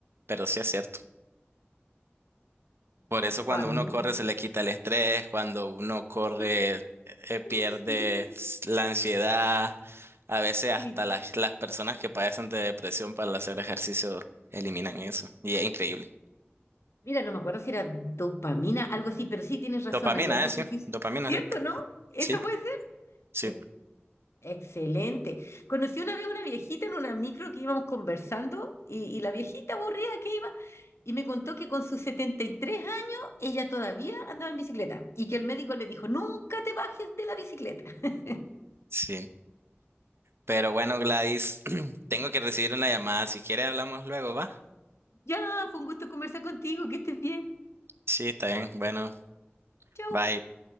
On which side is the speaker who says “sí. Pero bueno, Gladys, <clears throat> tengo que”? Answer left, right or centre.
Right